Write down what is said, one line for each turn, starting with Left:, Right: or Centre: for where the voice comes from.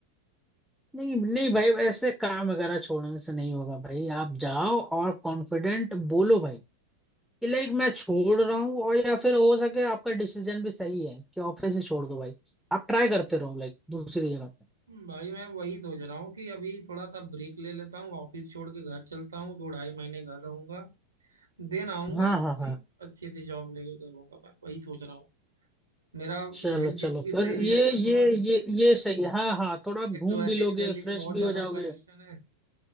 Centre: नहीं नहीं भाई ऐसे काम वगैरह छोड़ने से नहीं होगा भाई आप जाओ और कॉन्फिडेंट बोलो भाई कि लाइक मैं छोड़ रहा हूँ और या फिर हो सके आपका डिसीजन भी सही है कि ऑफिस से छोड़ दो भाई आप ट्राई करते रहो लाइक दूसरी जगह पे
Right: भाई मैं वही सोच रहा हूँ कि अभी थोड़ा सा ब्रेक ले लेता हूँ ऑफिस छोड़ के घर चलता हूँ दो ढाई महीने घर रहूंगा देन आऊंगा
Centre: हाँ
Right: और
Centre: हाँ
Right: कोई
Centre: हाँ
Right: अच्छे से जॉब लेके करूंगा मैं वही सोच रहा हूँ मेरा
Centre: चलो
Right: हेल्थ
Centre: चलो
Right: इशू भी
Centre: फिर
Right: सही हो
Centre: ये
Right: जाएगा
Centre: ये
Right: थोड़ा
Centre: ये ये सही है हाँ हाँ थोड़ा आप घूम
Right: एक तो वैसे
Centre: भी लोगे
Right: भी दिल्ली
Centre: फ्रेश
Right: में बहुत
Centre: भी
Right: ज्यादा
Centre: हो जाओगे
Right: पॉल्यूशन है